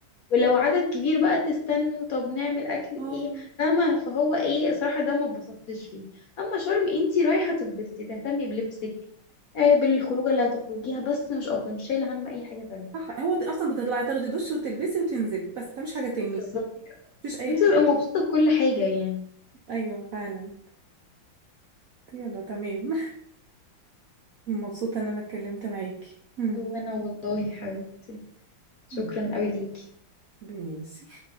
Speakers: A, on the left; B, on the right.
A: ولو عدد كبير بقى تستنوا طب نعمل أكل إيه
B: اه
A: فاهمة فهو إيه صراحة ده ما اتبسطتش فيه أما شرم أنتي رايحة تبستي تهتمي بلبسك آه بالخروجة اللي هتخرجيها بس مش أكتر مش شايلة هم أي حاجة تانية
B: صح هو ت- اصلا بتطلعي تاخدي دش وتلبسي وتنزلي بس ده مش حاجه تاني
A: بالظبط
B: مفيش اي
A: انت
B: حاجه
A: تبقي مبسوطة بكل حاجة يعني
B: ايوه فعلا يلا تمام <laughs> مبسوطه ان انا اتكلمت معاكي مم.
A: وانا والله يا حبيبتي شكرا
B: مم.
A: قوي ليكي
B: ماشي